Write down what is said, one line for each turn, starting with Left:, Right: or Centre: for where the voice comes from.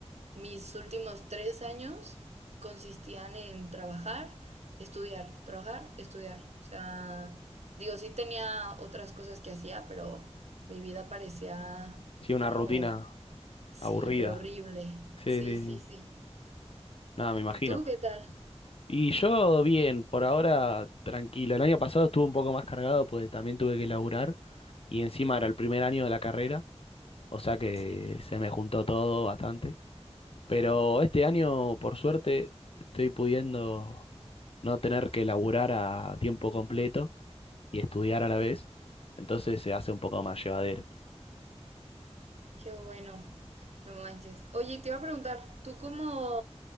Right: mis últimos tres años consistían en trabajar, estudiar, trabajar, estudiar. O sea, digo, sí tenía otras cosas que hacía, pero mi vida parecía
Left: Sí, una
Right: como,
Left: rutina
Right: sí,
Left: aburrida.
Right: pero horrible.
Left: Sí,
Right: Sí,
Left: sí,
Right: sí,
Left: sí.
Right: sí.
Left: Nada, me imagino.
Right: ¿Y tú qué tal?
Left: Y yo bien, por ahora tranquilo. El año pasado estuve un poco más cargado, pues también tuve que laburar y encima era el primer año de la carrera, o sea que
Right: Sí.
Left: se me juntó todo bastante. Pero este año, por suerte, estoy pudiendo no tener que laburar a tiempo completo y estudiar a la vez, entonces se hace un poco más llevadero.
Right: Qué bueno. No manches. Oye, te iba a preguntar, ¿tú cómo,